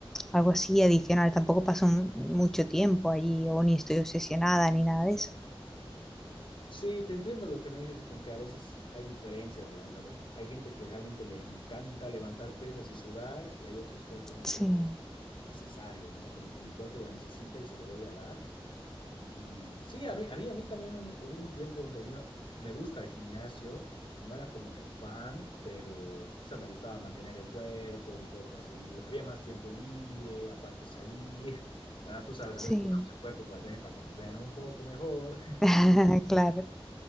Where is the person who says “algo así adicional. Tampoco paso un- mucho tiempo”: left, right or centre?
Centre